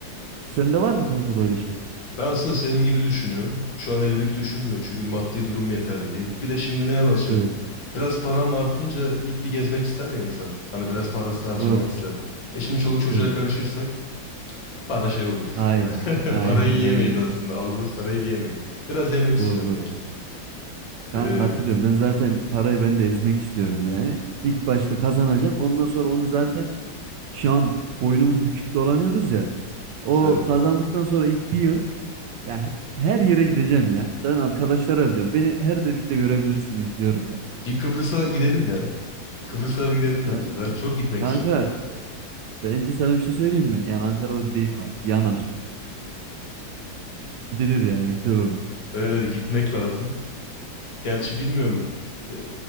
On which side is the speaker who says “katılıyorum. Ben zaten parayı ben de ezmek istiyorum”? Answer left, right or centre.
Right